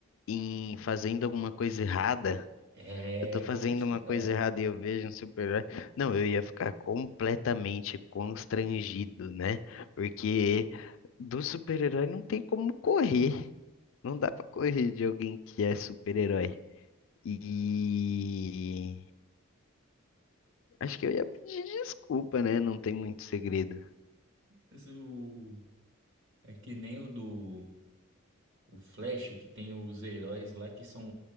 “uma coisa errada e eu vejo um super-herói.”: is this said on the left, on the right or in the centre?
Left